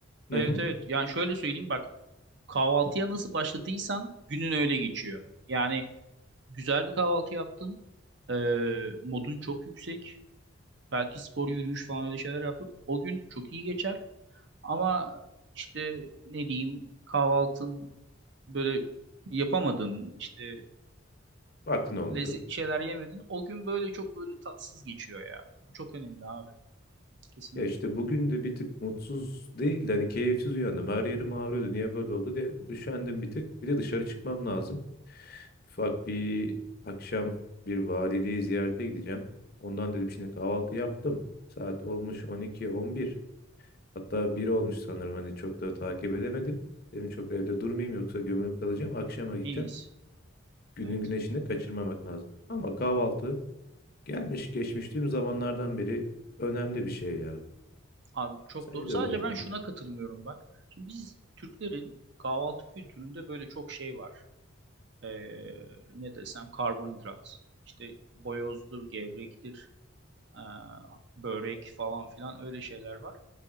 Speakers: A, on the left (about 45°); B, on the right (about 55°).
A: Hı
B: evet
A: hı.
B: evet yani şöyle söyleyeyim bak kahvaltıya nasıl başladıysan günün öyle geçiyor. Yani Güzel bir kahvaltı yaptın. Ee, modun çok yüksek. Belki spor, yürüyüş falan öyle şeyler yaptın. O gün çok iyi geçer. Ama işte ne diyeyim kahvaltın böyle yapamadın. işte
A: Vaktin olmadı.
B: lezzetli şeyler yemedin. O gün böyle çok böyle tatsız geçiyor ya. Bu çok önemli abi. Kesinlikle.
A: Ya işte bugün de bir tık mutsuz değil de hani keyifsiz uyandım. Her yerim ağrıyordu. Niye böyle oldu diye üşendim bir tık. Bir de dışarı çıkmam lazım. Ufak bir akşam bir valideyi ziyarete gideceğim. Ondan dedim şimdi kahvaltı yaptım. Saat olmuş 12-11. Hatta 1 olmuş sanırım hani çok da takip edemedim. Dedim çok evde durmayayım yoksa gömülüp kalacağım. Akşama gideceğim.
B: En iyisi.
A: Günün
B: Evet.
A: güneşini kaçırmamak lazım. Ama kahvaltı gelmiş geçmiş tüm zamanlardan beri önemli bir şey ya.
B: Abi çok
A: Sence
B: doğru.
A: de
B: Sadece
A: öyle
B: ben
A: değil
B: şuna
A: mi?
B: katılmıyorum bak. Şimdi biz Türklerin kahvaltı kültüründe böyle çok şey var. e, ne desem karbonhidrat. İşte boyozdur, gevrektir, e, börek falan filan öyle şeyler var.